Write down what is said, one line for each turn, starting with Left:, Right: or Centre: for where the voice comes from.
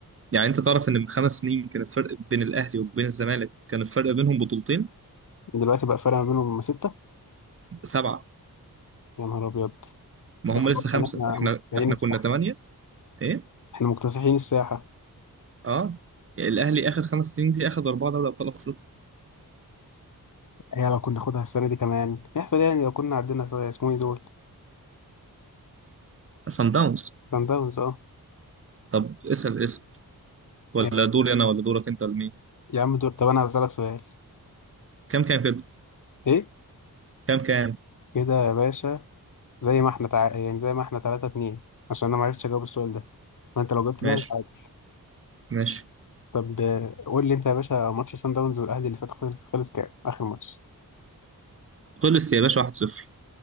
Right: يعني انت تعرف ان من خمس سنين كان الفرق بين الاهلي وبين الزمالك كان الفرق بينهم بطولتين
Left: دلوقتي بقى فرق ما بينهم ستة
Right: سبعه
Left: يا نهار أبيض
Right: ما
Left: ده
Right: هم
Left: خلاص
Right: لسه خمسه
Left: إن احنا
Right: احنا
Left: مكتسحين
Right: احنا
Left: الساحة
Right: كنا ثمانيه ايه
Left: احنا مكتسحين الساحة
Right: اه الاهلي اخر خمس سنين دي اخد اربعه دوري ابطال افريقيا
Left: هي لو كنا ناخدها السنة دي كمان يحصل إيه يعني لو كنا عدينا اسمه ايه دول
Right: صن داونز
Left: سان داونز اه
Right: طب اسال اسال ولا
Left: يا باشا.
Right: دوري انا ولا دورك انت ولا مين
Left: يا عم دول طب أنا هسألك سؤال
Right: كام كام كده
Left: ايه
Right: كام كام
Left: كده يا باشا زي ما احنا تع... يعني زي ما احنا 3 2 عشان انا ما عرفتش اجاوب السؤال ده ما انت لو جبت
Right: ماشي
Left: ده انت عادي
Right: ماشي
Left: طب آه، قول لي انت يا باشا ماتش سان داونز والاهلي اللي فات خلص خلص كام اخر ماتش
Right: خلص يا باشا 1-0